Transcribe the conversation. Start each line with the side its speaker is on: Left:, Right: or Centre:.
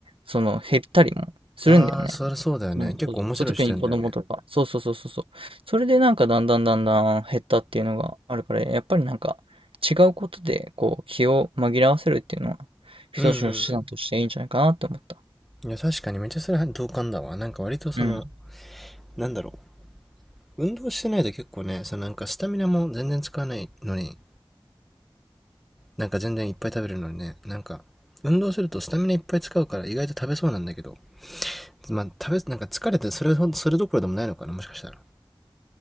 Right: その減ったりもするんだよね。
Centre: ああ、それそうだよね。
Right: うんそう特に子供とか。
Centre: 結構面白い視点だよね。
Right: そうそうそうそうそう。それでなんかだんだんだんだん減ったっていうのがあるから、やっぱりなんか違うことでこう気を紛らわせるっていうのは一つの手段としていいんじゃないかなって思った。
Centre: うんうんうん。いや、確かにめっちゃそれは同感だわ。なんか割とその、
Right: うん。
Centre: なんだろう。運動してないと結構ね、そのなんかスタミナも全然使わないのに、なんか全然いっぱい食べるのにね、なんか、運動するとスタミナいっぱい使うから意外と食べそうなんだけど、まあ食べ、なんか疲れてそれほど、それどころでもないのかな、もしかしたら。